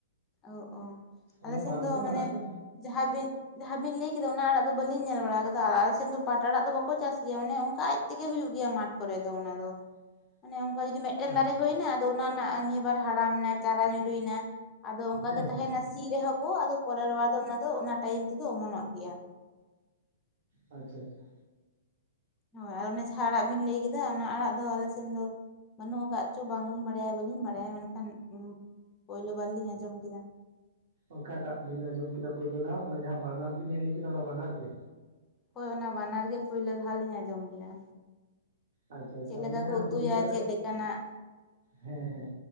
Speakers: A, on the left; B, on the right.
A: ᱚ ᱚ ᱟᱞᱮ
B: ᱚᱱᱟ ᱵᱟᱨ
A: ᱥᱮᱱ
B: ᱨᱚᱠᱚᱢ
A: ᱫᱚ ᱢᱟᱱᱮ
B: ᱟᱲᱟᱜ ᱜᱮ
A: ᱡᱟᱦᱟᱸ ᱵᱤᱱ ᱡᱟᱦᱟᱸ ᱵᱤᱱ ᱞᱟᱹᱭ ᱠᱮᱫᱟ ᱚᱱᱟ ᱟᱲᱟᱜ ᱫᱚ ᱵᱟᱹᱞᱤᱧ ᱧᱮᱞ ᱵᱟᱲᱟ ᱟᱠᱟᱫᱟ ᱟᱨ ᱟᱞᱮ ᱥᱮᱱ ᱫᱚ ᱯᱟᱴ ᱟᱲᱟᱜ ᱫᱚ ᱵᱟᱠᱚ ᱪᱟᱥ ᱜᱮᱭᱟ ᱢᱟᱱᱮ ᱚᱱᱠᱟ ᱟᱡ ᱛᱮᱜᱮ ᱦᱩᱭᱩᱜ ᱜᱮᱭᱟ ᱢᱟᱴᱷ ᱠᱚᱨᱮ ᱫᱚ ᱚᱱᱟ ᱫᱚ
B: <inaudible>
A: ᱢᱟᱱᱮ ᱚᱱᱠᱟ ᱡᱚᱫᱤ ᱢᱤᱫ ᱴᱮᱱ
B: ᱟᱪᱪᱷᱟ
A: ᱫᱟᱨᱮ ᱦᱩᱭᱱᱟ ᱟᱫᱚ ᱚᱱᱟ ᱨᱮᱱᱟᱜ ᱟᱨ ᱱᱤᱭᱟᱹ ᱵᱟᱨ ᱦᱟᱲᱟᱢᱮᱱᱟᱭ ᱪᱟᱨᱟ ᱧᱩᱨᱩᱭᱮᱱᱟ ᱟᱫᱚ ᱚᱱᱠᱟ
B: ᱦᱮᱸ
A: ᱜᱮ ᱛᱟᱦᱮᱱᱟ
B: ᱦᱮᱸ
A: ᱥᱤ ᱨᱮᱦᱚᱸ ᱠᱚ ᱟᱫᱚ ᱯᱚᱨᱮᱨ ᱨᱮᱵᱟᱨ ᱫᱚ ᱚᱱᱟ ᱫᱚ ᱚᱱᱟ ᱴᱟᱭᱤᱢ ᱛᱮᱫᱚ ᱚᱢᱚᱱᱚᱜ ᱜᱮᱭᱟ
B: ᱟᱪᱪ ᱟᱪᱪᱷᱟ
A: ᱦᱳᱭ ᱟᱨ ᱚᱱᱮ ᱡᱟᱦᱟᱸ ᱟᱲᱟᱜ ᱵᱤᱱ ᱞᱟᱹᱭ ᱠᱮᱫᱟ ᱚᱱᱟ ᱟᱲᱟᱜ ᱫᱚ ᱟᱞᱮ ᱥᱮᱱ ᱫᱚ ᱵᱟᱹᱱᱩᱜ ᱟᱠᱟᱫ ᱪᱚ ᱵᱟᱝᱞᱤᱧ ᱵᱟᱲᱟᱭᱟ ᱵᱟᱹᱞᱤᱧ ᱵᱟᱲᱟᱭᱟ ᱢᱮᱱ ᱠᱷᱟᱱ ᱯᱳᱭᱞᱳ ᱵᱟᱨ ᱞᱤᱧ ᱟᱸᱡᱚᱢ ᱠᱮᱫᱟ
B: ᱚᱠᱟ ᱴᱟᱜ ᱵᱤᱱ ᱟᱸᱡᱚᱢ ᱠᱮᱫᱟ ᱯᱳᱭᱞᱳ ᱫᱷᱟᱣ ᱚᱱᱟ ᱡᱟᱦᱟᱸ ᱵᱟᱱᱟᱨ ᱜᱮᱞᱤᱧ ᱞᱟᱹᱭ ᱠᱮᱫᱟ ᱚᱱᱟ ᱵᱟᱱᱟᱨ ᱜᱮ
A: ᱦᱳᱭ ᱚᱱᱟ ᱵᱟᱱᱟᱨ ᱜᱮ ᱯᱳᱭᱞᱳ ᱫᱷᱟᱣ ᱞᱤᱧ ᱟᱸᱡᱚᱢ ᱜᱮᱭᱟ
B: ᱟᱪᱪᱷᱟ ᱟᱪᱪᱷᱟ
A: ᱪᱮᱫ ᱞᱮᱠᱟ
B: ᱚᱱᱮ ᱡᱟᱦᱟᱸ
A: ᱠᱚ ᱩᱛᱩᱭᱟ
B: ᱦᱩᱲ ᱦᱩᱲᱟᱹ
A: ᱪᱮᱫ ᱞᱮᱠᱟᱱᱟᱜ
B: ᱦᱮᱸ ᱦᱮᱸ